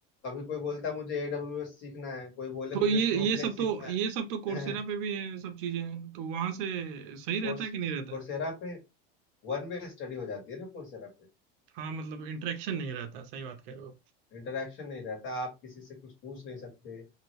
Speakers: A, on the left (about 40°); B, on the right (about 60°).
A: कभी कोई बोलता है मुझे एडब्ल्यूएस सीखना है कोई बोले
B: तो
A: मुझे
B: ये
A: स्नोफ्लेक
B: ये सब
A: सीखना
B: तो ये सब तो कोर्सेरा
A: है <laughs>
B: पे भी है ये सब चीजें हैं तो वहां से सही रहता
A: कोर्स
B: है कि नहीं रहता
A: कोर्सेरा
B: है
A: पे वन वे स्टडी हो जाती है ना कोर्सेरा पे
B: हाँ मतलब इंटरेक्शन नहीं रहता सही बात कह रहे
A: इंटरेक्शन नहीं रहता आप किसी से कुछ पूछ नहीं सकते